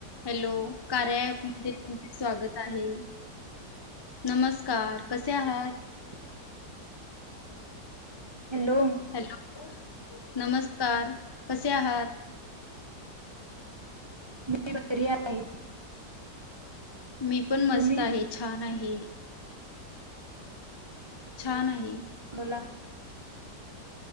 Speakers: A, on the left; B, on the right.
A: हॅलो कार्या प मध्ये तुमचं स्वागत आहे. नमस्कार कसे आहात?
B: <unintelligible> Hello
A: hello. नमस्कार कसे आहात?
B: मी बरी आहे.
A: मी पण मस्त
B: तुम्ही
A: आहे छान आहे. <unintelligible> छान आहे.
B: बोला